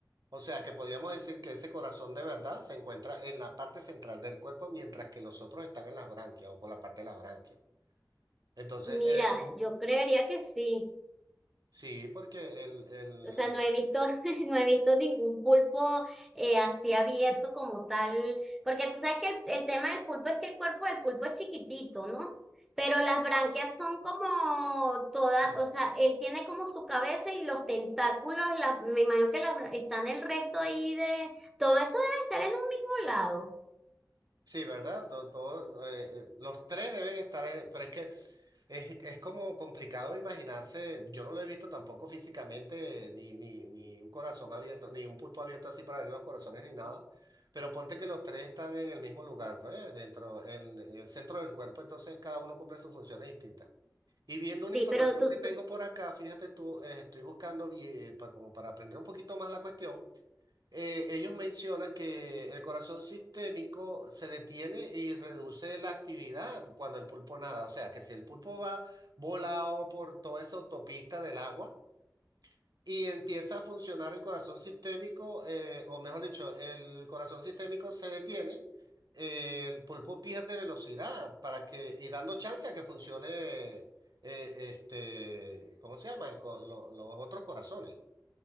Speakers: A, on the right; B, in the centre.
A: O sea que podríamos decir que ese corazón de verdad se encuentra en la parte central del cuerpo, mientras que los otros están en las branquias o por la parte de las branquias. Entonces,
B: Mira,
A: el,
B: yo creería que sí.
A: sí, porque el, el,
B: O sea, no he visto, <laughs> no he visto ningún pulpo eh, así abierto como tal, porque tú sabes que el, el tema del pulpo es que el cuerpo del pulpo es chiquitito, ¿no? Pero las branquias son como todas,
A: No.
B: o sea, él tiene como su cabeza y los tentáculos, las- me imagino que las, bra- están el resto ahí de, todo eso debe estar en un mismo lado.
A: sí, ¿verdad? To- Todo, eh, eh, los tres deben estar en, pero es que Es, es como complicado imaginarse, yo no lo he visto tampoco físicamente, ni, ni, ni un corazón abierto, ni un pulpo abierto así para ver los corazones ni nada, pero ponte que los tres están en el mismo lugar, pues, dentro, en, en el centro del cuerpo, entonces cada uno cumple sus funciones distintas. Y viendo una
B: Sí,
A: información
B: pero tú,
A: que tengo por acá, fíjate tú, eh, estoy buscando, vi- eh, pa- como para aprender un poquito más la cuestión eh, ellos mencionan que el corazón sistémico se detiene y reduce la actividad cuando el pulpo nada. O sea, que si el pulpo va volado por toda esa autopista del agua y empieza a funcionar el corazón sistémico, eh, o mejor dicho, el corazón sistémico se detiene, eh, el pulpo pierde velocidad para que, y dando chance a que funcione, eh, este, ¿cómo se llama? El co- lo- los otros corazones.